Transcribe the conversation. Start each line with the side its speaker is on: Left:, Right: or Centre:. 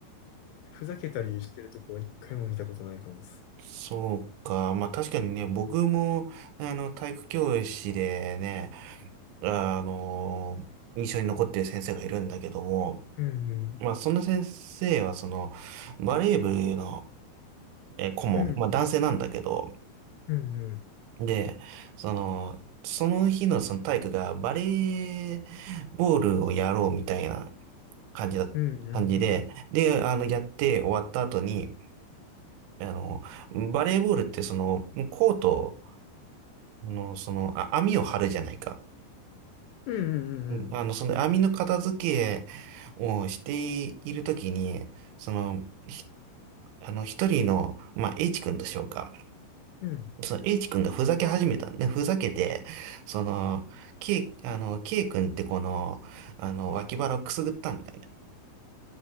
Left: ふざけたりしてるとこは一回も見たことないかもっす。
Right: そうか。まあ確かにね、僕も、ねあの、体育教師でね、あの、印象に残ってる先生がいるんだけども、
Left: うんうん。
Right: まあそんな先生は、その、バレー部の、えー、顧問、
Left: うん
Right: まあ男性なんだけど、
Left: うん。
Right: で、その、その日のその体育がバレーボールをやろうみたいな感じだ、
Left: うんうんうん。
Right: 感じで、で、あの、やって終わった後に、あの、バレーボールってその、コート、あの、その、あ、網を張るじゃないか。
Left: うんうんうんうん。
Right: うんあの、その網の片付けをしているときに、その、ひあの、一人の、まあ、H 君としようか。
Left: うん。
Right: その H 君がふざけ始めたんで、ふざけて、その、K、あの、K 君ってこの、あの、脇腹をくすぐったんだよね。